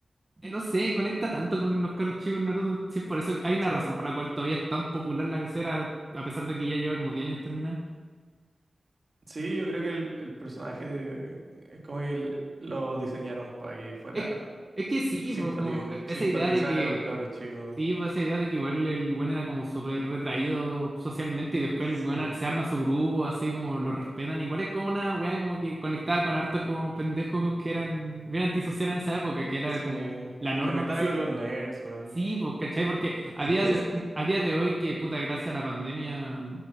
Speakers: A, on the right (about 20°); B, on the right (about 40°).
A: eh, no sé, conecta tanto con los caros chicos en Naruto. Sí, por eso hay una
B: Sí,
A: razón
B: weón.
A: por la cual todavía es tan popular la lecera, a pesar de que ya lleva como 10 años terminada.
B: Sí, yo creo que el, el personaje de, es como que el- lo diseñaron para que fuera
A: Es, es que sí,
B: simpati-
A: po, como eh, esa
B: simpatizara
A: idea de que
B: con los cabros chicos.
A: Sí, pues esa idea de que igual el weón era como súper retraído socialmente y después
B: Sí,
A: el weón a- se arma su grupo, así como lo respetan. Igual es como una weá como que conectaba con hartos como pendejos que eran bien antisociales en esa época, que era
B: sí.
A: como la norma.
B: Conectaba
A: Sí,
B: con los nerds, weón.
A: sí, pues, ¿cachai? Porque a
B: Sí.
A: día de, mm,
B: <laughs>
A: a día de hoy, que puta, gracias a la pandemia,